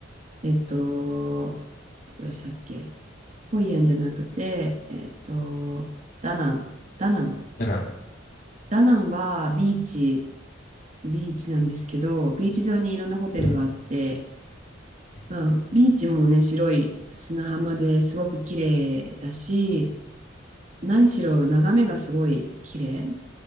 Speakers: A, on the right (about 40°); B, on the left (about 50°).
A: えっと、どこでしたっけホイアンじゃなくて、えっと、ダナン、ダナン。
B: だから、
A: ダナンはビーチ、ビーチなんですけど、ビーチ上にいろんなホテルがあって、
B: うんうん
A: まあ、ビーチもね、白い砂浜ですごく綺麗だし、何しろ眺めがすごい綺麗。